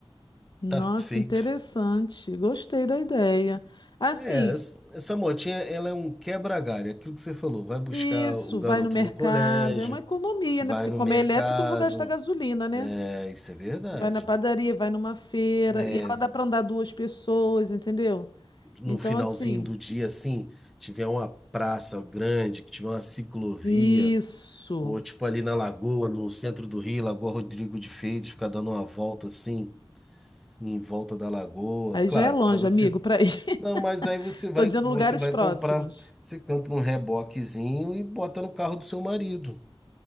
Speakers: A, on the left; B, in the centre.
A: Nossa,
B: tá feito.
A: interessante. Gostei da ideia. Assim,
B: É, essa essa motinha, ela é um quebra-galho, é aquilo que você falou, vai buscar
A: isso,
B: o garoto
A: vai no mercado,
B: no colégio,
A: é uma economia,
B: vai
A: né? Porque
B: no
A: como
B: mercado,
A: é elétrico, eu não vou gastar gasolina, né?
B: é, isso é verdade.
A: Vai na padaria, vai numa feira,
B: É,
A: e ela dá para andar duas pessoas, entendeu?
B: no
A: Então,
B: finalzinho
A: assim.
B: do dia, assim, tiver uma praça grande, que tiver uma ciclovia,
A: Isso.
B: ou tipo ali na Lagoa, no centro do Rio, Lagoa Rodrigo de Freitas, ficar dando uma volta assim, em volta da Lagoa,
A: Aí
B: claro,
A: já é longe,
B: para você
A: amigo, para ir. <laughs>
B: Não, mas aí você vai,
A: Tô dizendo
B: você
A: lugares
B: vai
A: próximos.
B: comprar, você compra um reboquezinho e bota no carro do seu marido.